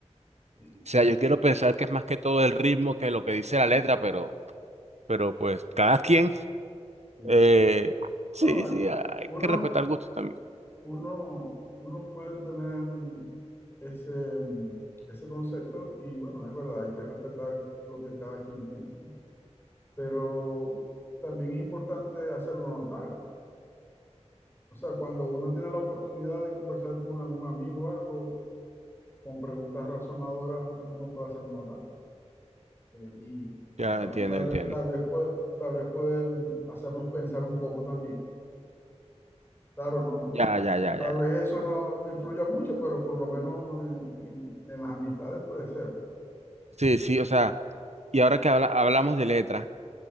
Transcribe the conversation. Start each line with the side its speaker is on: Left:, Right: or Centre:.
Left: Sí,
Right: O sea, yo quiero pensar que es más que todo el ritmo que lo que dice la letra, pero, pero pues cada quien.
Left: sí,
Right: eh,
Left: sí.
Right: sí,
Left: No, eh,
Right: sí, hay
Left: uno,
Right: que respetar gustos también.
Left: uno, uno puede tener ese, mm, ese concepto y bueno, es verdad, hay que respetar lo que cada quien piensa, ¿no? Pero también es importante hacerlo notar. O sea, cuando uno tiene la oportunidad de conversar con algún amigo o algo, con preguntas razonadoras, uno puede hacerlo notar eh, y
Right: Ya
Left: tal,
Right: entiendo,
Left: tal
Right: entiendo.
Left: vez, tal vez, puede- tal vez pueden hacerlos pensar un poco también. Claro, no,
Right: Ya, ya, ya,
Left: Tal
Right: ya.
Left: vez
Right: ya.
Left: eso no, no influya mucho, pero por lo menos en, en- en las amistades puede ser.
Right: Sí, sí, o sea, y ahora que habla- hablamos de letra,